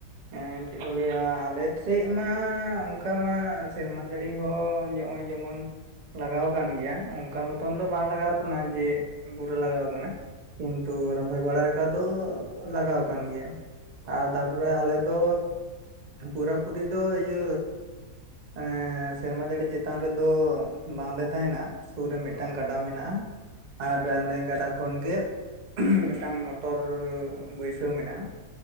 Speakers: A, on the right; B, on the right.
A: ᱦᱮᱸ ᱪᱮᱫ ᱠᱚ ᱞᱟᱹᱭᱟ ᱟᱞᱮᱥᱮᱫ ᱢᱟ ᱚᱱᱠᱟ ᱢᱟ ᱥᱮᱨᱢᱟ ᱡᱟᱹᱲᱤ ᱦᱚᱸ ᱦᱚᱸᱜ-ᱚᱭ ᱡᱮᱢᱚ ᱢᱚᱱ ᱞᱟᱜᱟᱣ ᱟᱠᱟᱱ ᱜᱮᱭᱟ, ᱚᱝ ᱠᱟᱱ ᱢᱚᱛᱚᱱ
B: ᱦᱳᱭ
A: ᱫᱚ ᱵᱟᱝ ᱞᱟᱜᱟᱣ ᱠᱟᱱᱟ ᱡᱮ ᱯᱩᱨᱟᱹ ᱞᱟᱜᱟᱣ ᱠᱟᱱᱟ ᱾ ᱠᱤᱱᱛᱩ ᱨᱚᱦᱚᱭ ᱵᱟᱲᱟ <unintelligible> ᱫᱚ ᱞᱟᱜᱟᱣ ᱠᱟᱱ ᱜᱮᱭᱟ
B: ᱦᱳᱭ
A: ᱟᱨ ᱛᱟᱨᱚᱨᱮ ᱟᱞᱮ ᱫᱚ ᱯᱩᱨᱟᱹ ᱯᱩᱨᱤ ᱫᱚ ᱤᱭᱟᱹ ᱮᱸᱻ ᱥᱮᱨᱢᱟ ᱡᱟᱹᱲᱤ ᱪᱮᱛᱟᱱ ᱨᱮᱫᱚ ᱵᱟᱝᱞᱮ ᱛᱟᱦᱮᱱᱟ ᱾ ᱥᱩᱨ ᱨᱮ ᱢᱤᱫᱴᱟᱝ
B: ᱦᱳᱭ
A: ᱜᱟᱰᱟ ᱢᱮᱱᱟᱜ-ᱟ ᱟᱨ
B: ᱦᱳᱭ ᱦᱳᱭ
A: ᱚᱱᱮ ᱜᱟᱰᱟ ᱠᱷᱚᱱ ᱜᱮ ᱢᱤᱫᱴᱟᱝ ᱢᱚ ᱴᱚᱨᱻ ᱵᱟᱹᱭᱥᱟᱹᱣ ᱢᱮᱱᱟᱜ-ᱟ ᱾